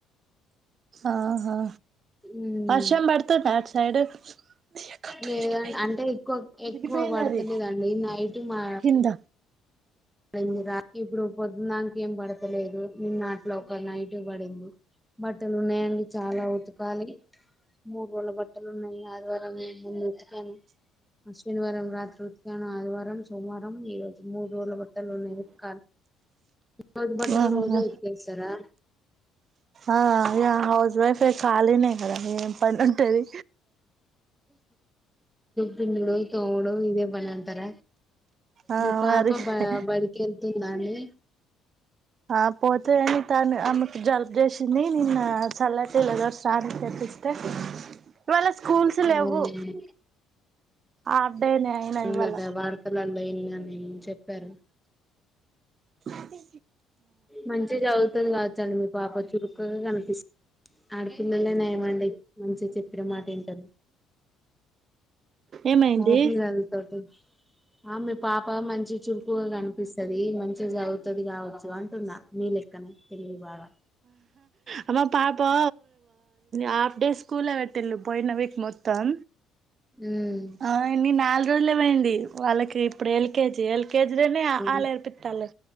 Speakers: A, on the right (about 45°); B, in the centre.
A: ఆహా
B: ఉమ్
A: వర్షం పడుతుందా ఆట్ సైడ్ కత్తు
B: లేదండి
A: ఇరిగిపోయింది
B: అంటే ఎక్కువ
A: ఇరిగిపోయింది
B: ఎక్కువ పడతలేదండి
A: అది
B: నైట్ మా
A: కింద
B: పడింది రా ఇప్పుడు పొద్దునా దాంక ఏం పడతలేదు నిన్నట్ల ఒక నైట్ పడింది. బట్టలు ఉన్నాయండి. చాలా ఉతకాలి మూడు రోజుల బట్టలు ఉన్నాయి. ఆదివారం నేను ఉతకాను శనివారం రాత్రి ఉద్యానం ఆదివారం సోమవారం ఈ రోజు మూడు న్నాయి రోజు బట్టలు
A: ఆహా
B: రోజు ఉతికేస్తారా
A: ఆ అ హౌస్ వైఫ్ ఖాళీనే కదా ఏం పని ఉంటది.
B: తినుడు తోముడు ఇదే పన్నాంటర
A: ఆ
B: మీ పాప
A: మరి
B: బడికెళ్తుంద అండి
A: ఆ పోతే అని తను ఆమెకు జల్బ్ చేసింది నిన్న సల్లటి <unintelligible> సార్ తెప్పస్తే ఇవాళ స్కూల్స్ లేవు
B: అవునండి
A: ఆబ్బె నేఅయినా
B: ఉందట
A: ఇవాళ
B: వార్తలలో విన్నా నేను చెప్పారు
A: అ
B: మంచిగా చదువుతది కావచ్చండి మీ పాప చురుక్కగా కనిపి ఆడపిల్లలే నయమండి మంచిగా చెప్పిన మాట ఇంటారు
A: ఏమైంది
B: మగపిల్లగాళ్ళ తోటి ఆ మీపాప మంచిగా చురుకుగా కనిపిస్తాది మంచిగా చదువుతది కావచ్చు అంటున్నా మీ లెక్కనే తెలివి బాగా
A: అ మా పపా హఫ్ డే స్కూలే పె ట్టింది పోయిన విక్ మొత్తం
B: ఉమ్
A: ఆ ఎన్ని నాలుగు రోజులే పోయింది వాళ్ళకి ఇప్పుడు ఎల్కేజీ ఎల్ ల్కేజీ లోనే ఆఆ
B: ఆ
A: లు నేర్పిత్తాళ్ళు